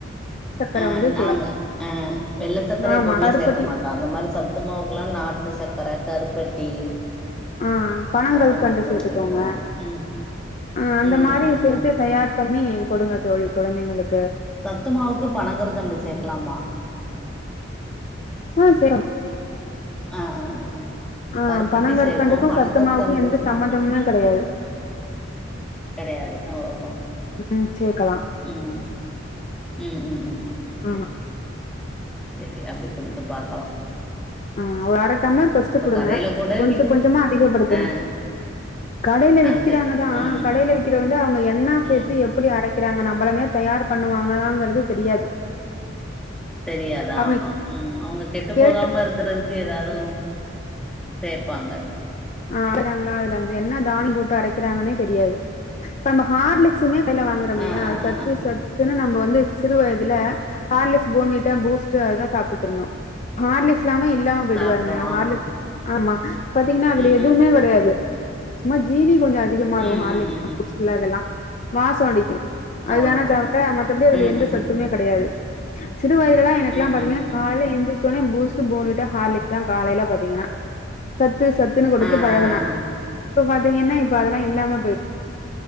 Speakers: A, on the left (about 35°); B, in the centre.
A: சக்கர
B: அஹ்
A: வந்து
B: நாங்க
A: சேக்
B: அஹ் வெள்ள சத்
A: ஆமா
B: எப்பவுமே
A: கருப்பட்டி
B: சேர்க்க மாட்டோம் அந்த மாதிரி சத்துமாவுக்குல்லாம் நாட்டு சக்கரை கருப்பட்டி
A: ஆஹ் பனங்கல்கண்டு
B: அந்த மாரிதா
A: சேர்த்துக்கோங்க
B: சேப்போ ம்
A: அஹ் அந்த
B: ம்
A: மாதிரி
B: ம் ம்
A: சேர்த்து
B: ம்
A: தயார் பண்ணி கொடுங்க தோழி குழந்தைங்களுக்கு
B: சத்துமாவுக்கு பனங்கற்கண்டு சேக்கலாமா
A: <unintelligible>
B: ஆஹ் ஆஹ் ஆஹ்
A: ஆ
B: கருப்பட்டி
A: பனங்கற்கண்டுக்கு
B: சேர்பப்போம் பனங்கற்கண்டு
A: சத்துமாவுக்கு எந்த சம்மந்தமுமே கெடையாது
B: கிடையாது ஓ ஓ
A: ம் சேக்கலா
B: உம் உம் உம் உம் உம்
A: ஆமா
B: சரி அப்படி குடுத்து பாக்கலாம்
A: ஆஹ் ஒரு அரை டம்ளர் பஸ்ட் குடுங்க
B: கடைல கூட
A: கொஞ்சம்
B: விக்கி
A: கொஞ்சமா அதிகப்படுத்துங்க
B: ஆ
A: கடையில
B: அது
A: விக்கிறாங்கதான்
B: சேப்பது ம் ம்
A: கடையில விக்கிற வந்து அவங்க என்னா சேர்த்து
B: ம் ம்
A: எப்படி அரை இருக்கிறாங்க நம்மளமேரி தயார் பண்ணுவாங்களாங்கறது தெரியாது
B: தெரியாதா
A: அவங்க
B: ஆமா உம் அவங்க கெட்டு
A: கேள்
B: போகாம இருக்கிறதுதுக்கு ஏதாவுதும் சேப்பாங்க
A: ஆஹ் அரைக்காங்களா அதுல வந்து என்ன தானி போட்டு அரைக்கிறாங்கன்னே தெரியாது இப்ப நம்ம ஹார்லிக்ஸுமே <unintelligible> வாங்குறமே
B: ஆ
A: அது
B: ஆ
A: சத்து
B: ஆ ஆ
A: சத்துன்னு நம்ம வந்து சிறு வயதுல ஹார்லீக்ஸ் போன் வீட்ட பூஸ்ட் அதுதான் சாப்பிட்டு இருந்தோம் ஹார்லெக்ஸ் எல்லாமே இல்லாம போயிட்டு
B: சாப்டுவோ
A: பாருங்க
B: ஆமா
A: ஹார்ல் ஆமா பாத்தீங்கனா அதுலே
B: ம்
A: எதுவுமே
B: ம்
A: கிடையாது சும்மா ஜீனி கொஞ்சம் அதிகமா இரு
B: ம்
A: ஹார்லிக்ஸ்ல
B: ம் ம் ம்
A: பூஸ்ட் அதெல்லாம் வாசம் அடிக்கும் அதுனா
B: அவ்ளோதாங்க
A: தவற மத்தபடி அதுல
B: ம்
A: எந்த
B: ம்
A: சத்துமே கிடையாது <unintelligible> சிறு வயதுலலாம் எனக்கு எல்லாம்
B: ம்
A: பாத்தீங்கன்னா
B: ம் ம்
A: கால
B: ம்
A: எந்து பூட்ஸ் போன் வீட்டா ஹார்லிகஸ் தான் காலையில பாத்தீங்கா சத்து சத்து ன்னு கொடுத்து
B: ஆ
A: பழகுனா
B: ஆ ஆ ஆ
A: <unintelligible> தீங்கன்னா இப்ப அதெல்லாம் இல்லாம போய